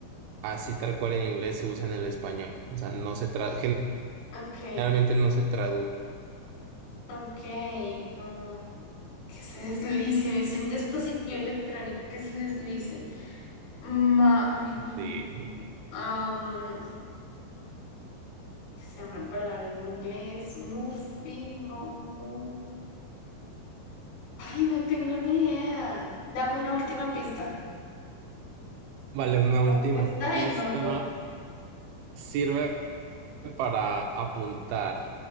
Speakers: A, on the right (about 80°); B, on the left (about 90°).
A: así tal cual en inglés se usa en el español. O sea, no se tra-
B: Ok,
A: generalmente no se traduce.
B: ok, como que se deslice, es un dispositivo electrónico que se deslice. Ma, mi, mi,
A: Sí.
B: am, que sea una palabra en inglés, muffin, mo, mu. Ay, no tengo ni idea. Dame una última pista.
A: Vale, una última
B: Lo que está
A: pista.
B: en Melbourne.
A: Sirve para apuntar